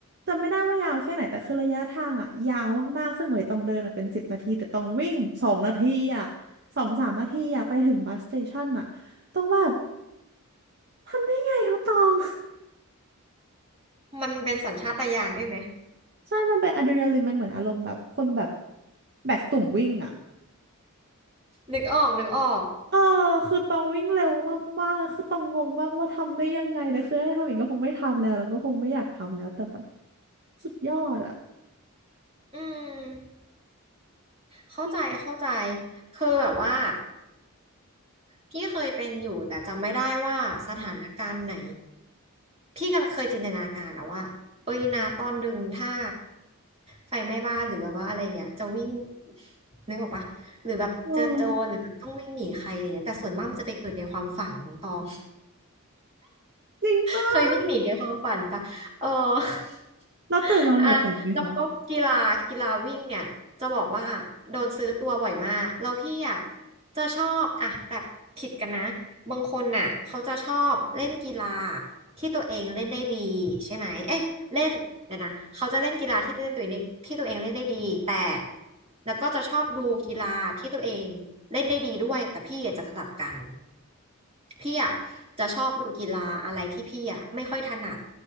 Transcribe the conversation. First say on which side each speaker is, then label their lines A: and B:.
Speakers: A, on the right; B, on the right.
A: จำไม่ได้ว่ายาวแค่ไหนแต่คือระยะทางอ่ะยาวมากๆซึ่งเหน่อยต้องเดินอะเป็นสิบนาทีแต่ต้องวิ่งสองนาทีอ่ะสองสามนาทีอ่ะไปถึงบัสสเตชันอ่ะต้องแบบทำได้ไงวะตอง <laughs>
B: มันเป็นสัญชาตญาณด้วยไหม
A: ใช่มันเป็นอะดรีนาลีนมันเหมือนอารมณ์แบบคนแบบแบกตุ่มวิ่งอ่ะ
B: นึกออกนึกออก
A: เออคือตองวิ่งเร็วมากๆแล้วคือตองงงมากว่าทำได้ยังไงนะคือให้ทำอีกก็คงไม่ทำแล้วแล้วก็คงไม่อยากทำแล้วแต่แบบสุดยอดอ่ะ
B: อืมเข้าใจเข้าใจ
A: จริง
B: คือแบบว่าพี่เคยเป็นอยู่แต่จำไม่ได้ว่าสถานการณ์ไหนพี่ก็เคยจินตนาการนะว่าเอ้ยนาตอนดึงถ้าไฟไหม้บ้านหรือแบบว่าอะไรอย่างเงี้ยจะวิ่งนึกออกปะหรือแบบเจอโจรหรือแบบต้องวิ่งหนีใครอะไรเงี้ยแต่ส่วนมากมันจะไปเกิดในความฝันน้องตอง
A: ๆเออจริงป่ะ
B: เคยวิ่งหนีในความฝันปะเออ <laughs>
A: แล้วตื่นมาเหงื่อแตกไหมคะ
B: อ่ะแล้วก็กีฬากีฬาวิ่งเนี่ยจะบอกว่าโดนซื้อตัวบ่อยมากแล้วพี่อ่ะจะชอบอ่ะแบบผิดกันนะ บางคนน่ะเขาจะชอบเล่นกีฬาที่ตัวเองเล่นได้ดีใช่ไหมเอ้ยเล่นเดี๋ยวนะเขาจะเล่นกีฬาที่เล่นตัวเองได้ที่ตัวเองเล่นได้ดีแต่แล้วก็จะชอบดูกีฬาที่ตัวเอง เล่นได้ดีด้วยแต่พี่อะจะสลับกันพี่อ่ะจะชอบดูกีฬาอะไรที่พี่อ่ะไม่ค่อยถนัด